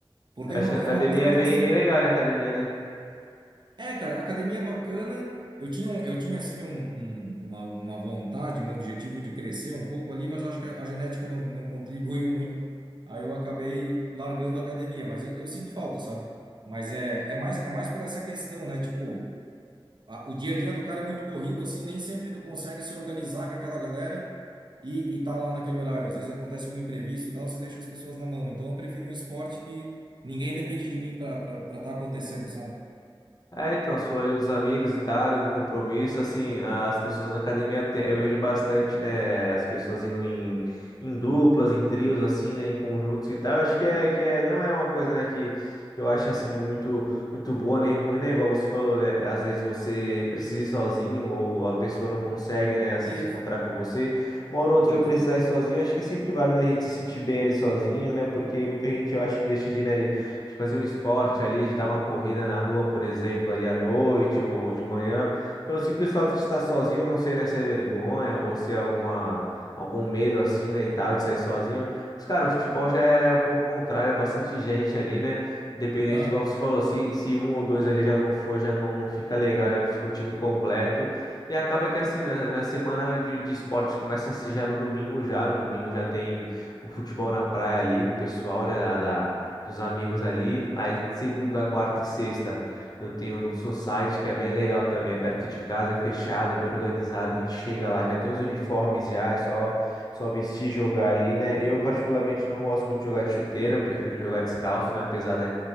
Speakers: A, on the right; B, on the left.
A: Porque é
B: Acho
A: uma,
B: que
A: co-
B: a academia
A: é uma coisa mais
B: é bem,
A: assim.
B: bem legal, né? Academia, né?
A: É, cara, a academia é bacana. Eu tinha, um, eu tinha assim, um- um- uma, uma vontade, um objetivo de crescer um pouco ali, mas eu acho que a a genética não, não contribuiu muito. Aí eu acabei largando a academia, mas eu, eu sinto falta, sabe? Mas é, é mais, é mais por essa questão, né? Tipo, a- o dia a dia do cara é muito corrido, assim, nem sempre tu consegue se organizar com aquela galera e, e tá lá naquele horário. Às vezes acontece algum imprevisto e tal, você deixa as pessoas na mão. Então eu prefiro um esporte que ninguém depende de mim para estar acontecendo, sabe?
B: É, então, você falou aí dos amigos e tal, né, do compromisso, assim, as pessoas na academia, até- eu vejo bastante, né, as pessoas indo em, em duplas, em trios, assim, né, em conjuntos e tal, acho que é, que é, não é uma coisa, né, que, que eu acho, assim, muito, muito boa nem ruim, né, igual você falou, né, às vezes você precisa ir sozinho ou a pessoa não consegue, né, assim,
A: Isso.
B: se encontrar com você, uma hora ou outra
A: Justo.
B: vai precisar ir sozinho, acho que é sempre válido, né, a gente se sentir bem ali sozinho, né, porque muita gente, eu acho que deixa de, né, de fazer um esporte ali, de dar uma corrida na rua, por exemplo, ali à noite ou, ou de manhã, pelo simples fato de estar sozinho, não sei, né, se é vergonha ou se é alguma, algum medo assim, né, e tal, de sair sozinho. Mas, cara, o futebol já é um pouco contrário, é bastante gente ali, né? Independente,
A: Aham.
B: igual você falou, se, se um ou dois ali já não for, já não, não fica legal, já não fica o time completo. E acaba que assim, minha, minha semana de, de esportes começa assim já no domingo, já. No domingo já tem o futebol na praia ali do pessoal, né? Da, da, dos amigos ali. Aí segunda, quarta e sexta eu tenho num society que é bem legal também, é perto de casa, é fechado, é bem organizado, a gente chega lá, já tem os uniformes já, é só só vestir e jogar ali, né? Eu particularmente não gosto muito de jogar de chuteira, eu prefiro jogar descalço, né? Apesar, né,